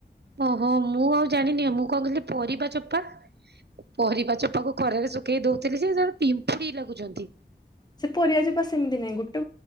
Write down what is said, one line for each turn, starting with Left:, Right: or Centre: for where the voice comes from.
Right: ଓହୋ ମୁଁ ଆଉ ଜାଣିନି ମୁଁ କଣ କହିଲି ପରିବା ଚୋପା ପରିବା ଚୋପାକୁ ଖରାରେ ଶୁଖେଇ ଦଉଥିଲି ଯେ ସେ ପିମ୍ପୁଡି ଲାଗୁଛନ୍ତି।
Left: ସେ ପରିବା ଚୋପା ସେମିତି ନାହିଁ ଗୋଟେ